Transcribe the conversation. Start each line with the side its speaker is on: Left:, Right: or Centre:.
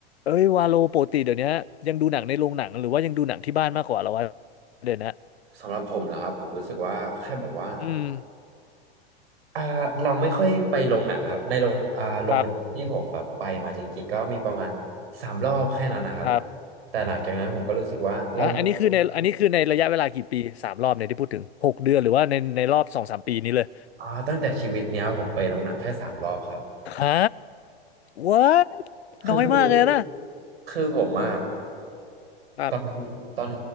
Left: เอ้ยวาโลปกติเดี๋ยวนี้ยังดูหนังในโรงหนังหรือว่ายังดูหนังที่บ้านมากกว่าเหราวะเดี๋ยวนะ
Right: สำหรับผมเหรอครับผมรู้สึกว่าแค่แบบว่า
Left: อืม
Right: อ่าเราไม่ค่อยไปโรงหนังครับในโรงอ่าโรงหนังที่ผมแบบไปมาจริงๆก็มีประมาณ
Left: ครับ
Right: สามรอบแค่นั้นนะครับ
Left: ครับ
Right: แต่หลังจากนั้นผมก็รู้สึกว่าเรา
Left: อ่ะอันนี้คือในอันนี้คือในระยะเวลากี่ปีสามรอบเนี่ยที่พูดถึงหกเดือนหรือว่าในในรอบสองสามปีนี้เลย
Right: อ่าตั้งแต่ชีวิตเนี้ยผมไปโรงหนังแค่สามรอบครับ
Left: ฮะ what
Right: คือคือ
Left: น้อยมากเลยนะ
Right: คือผมอะ
Left: ครับ
Right: ตอนตอน